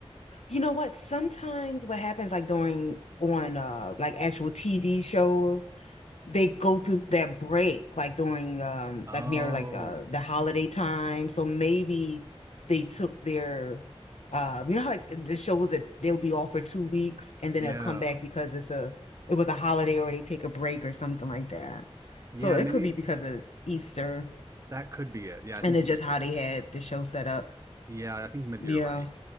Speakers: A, on the left; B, on the right.
A: You know what? Sometimes what happens like during on uh like actual TV shows, they go through that break like during um
B: oh.
A: like near like uh the holiday time. So maybe they took their uh you know how like the shows that they'll be off for two weeks and then
B: Yeah.
A: they'll come back because it's a it was a holiday or they take a break or something like that.
B: Yeah,
A: So it
B: maybe
A: could be because of Easter
B: that could be it. Yeah, I
A: and
B: think
A: it's
B: maybe
A: just how
B: you're
A: they had the show set up.
B: yeah, I think maybe
A: Yeah.
B: you're right.